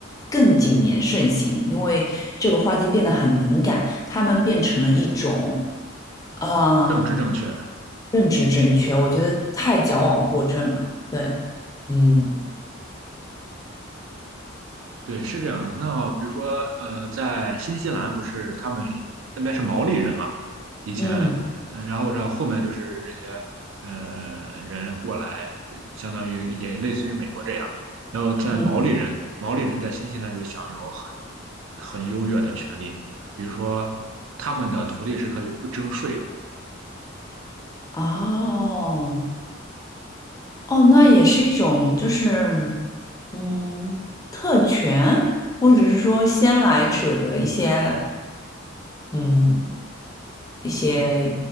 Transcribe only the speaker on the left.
更谨言慎行，因为这个话题变得很敏感，他们变成了一种啊、
呃政治正确，我觉得太矫枉过正了。对，嗯
嗯
嗯，
哦哦，那也是一种就是嗯特权，或者是说先来者的一些。嗯，一些